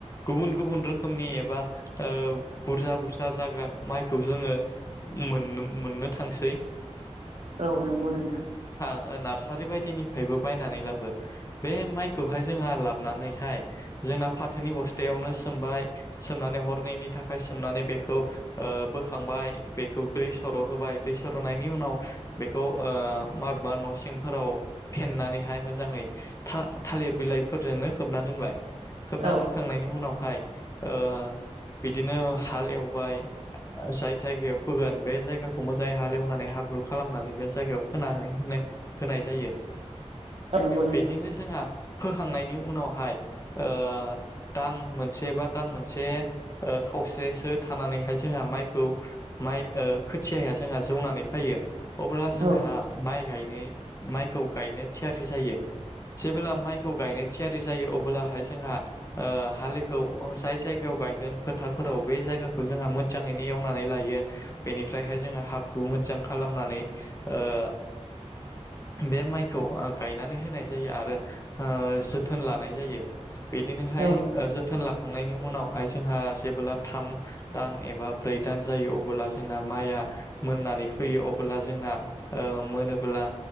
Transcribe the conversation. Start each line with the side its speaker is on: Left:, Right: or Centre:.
Left: गुबुन गुबुन रोखोमनि एबा ओ-बुरजा बुरजा जाग्रा माइखौ जोङो मोन मोननो। थांसै
Right: औ नंगौ नोंथां
Left: ओ-नार्सारि बायदिनिफ्रायबो बायनानै लाबो बे माइखौहाय जोंहा लाबोनानैहाय जोंना फाथोनि बस्थायावनो सोमबाय सोमनानै हरनैनि थाखाय सोमनानै बेखौ ओ- बोखांबाय बेखौ दै सर' होबाय। दै सर'नायनि उनाव बेखौ ओ-माबेबा न' सिंफोराव फेेननानैहाय मोजाङै था-थालिर बिलाइफोरजोंनो खोबना दोनबाय। खोबना
Right: औ
Left: दोनखांनायनि उनावहाय ओ- बिदिनो हाल एवबाय जाय जायगायाव फोगोन बे जायगाखौ मोज जाय हालेवनानै हाब्रु खालामनानै बे जायगायाव फोनानै होनाय होनाय जायो।
Right: औ नंगौ नोंथां
Left: बिदिनो जोंहा फोखांनायनि उनावहाय ओ-दान मोनसे बा दान मोनसे। ओ- खावसेसो थानानैहाय जोंहा माइखौ माइ ओ- खोथियाया जोंहा जौनानै फैयो अब्ला जोंहा
Right: औ
Left: माइक गायनाय माइखौ गायनो थियारि जायो। जेब्ला माइखौ गायनो थियारि जायो अब्लाहाय जोंहा ओ- हाललिग जाय जायगायाव गायगोन फोथारफोराव बे जायगाखौ जोंहा मोजाङैनो एवनानै लायो बेनिफ्रायहाय जोंहा। हाब्रु मोजां खालामनानै ओ- बे माइखौ गायनानै होनाय जायो आरो ओ-जोथोन लानाय जायो। बिदिनोहाय
Right: औ
Left: ओ-
Right: नंगौ
Left: जोथोन लाखांनायनि उनाव। हाय जोंहा जेबोब्ला थाम दान एबा ब्रै दान जायो अबोब्ला जोंना माइया। मोननानै फैयो अब्ला जोंना ओ-मोनोब्ला